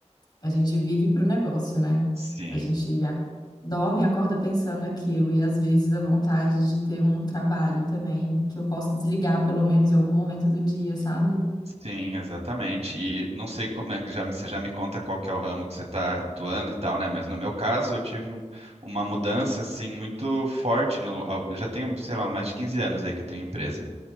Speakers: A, on the left; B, on the right.
A: a gente vive para o negócio, né?
B: sim.
A: A gente a- dorme e acorda pensando naquilo, e às vezes dá vontade de ter um trabalho também, que eu possa desligar pelo menos em algum momento do dia, sabe?
B: Sim, exatamente. E não sei como é que já, me- você já me conta qual que é o ramo que você está atuando e tal, né? Mas no meu caso, eu tive um- uma mudança assim muito forte no, ao- eu já tenho, sei lá, mais de 15 anos aí que eu tenho empresa.